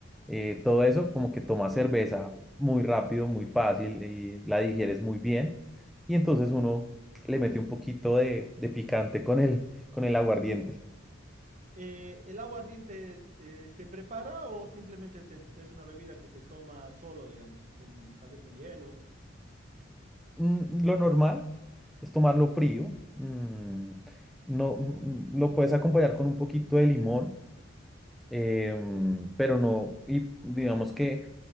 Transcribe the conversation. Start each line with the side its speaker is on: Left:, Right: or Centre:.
Centre: eh, todo eso, como que tomas cerveza muy rápido, muy fácil y la digieres muy bien y entonces uno le mete un poquito de, de picante con el, con el aguardiente.
Right: Eh, ¿el agua ardiente eh, se prepara o simplemente se- es una bebida que se toma solo, digamos, con, tal vez con hielo?
Centre: mm, lo normal es tomarlo frío. mm, no, mm, lo puedes acompañar con un poquito de limón, em, pero no, y digamos que